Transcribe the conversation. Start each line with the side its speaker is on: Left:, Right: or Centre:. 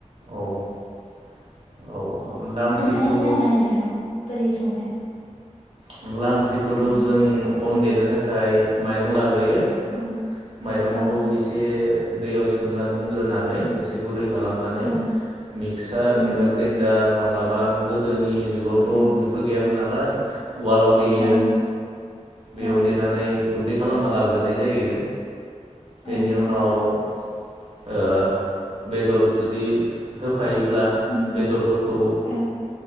Right: औ औ अनला ओंख्रिखौ
Left: खोन्थानो नामा नोंथां बोरै सङो
Right: अनदला ओंख्रिखौथ'
Left: औ
Right: जों अन देनो थाखाय माइरं लानांगौ देयो
Left: औ
Right: माइरंखौ
Left: औ
Right: एसे दैयाव सोमना दोनग्रोनानै एसे गुरै खालामनानै
Left: ओं
Right: मिक्सार
Left: उम
Right: एबा ग्रेन्डार। नङाबा गोदोनि जुगावथ'
Left: ओं
Right: बेफोर गैयामोन ना लाय। उवालाव देयो
Left: ओं औ
Right: बेयाव देनानै। गुन्दै खालामना लाग्रोनाय जायो। बेनि
Left: ओं
Right: उनाव ओ बेदर जुदि होफायो। अब्ला
Left: उम
Right: बेदरफोरखौ ओ
Left: औ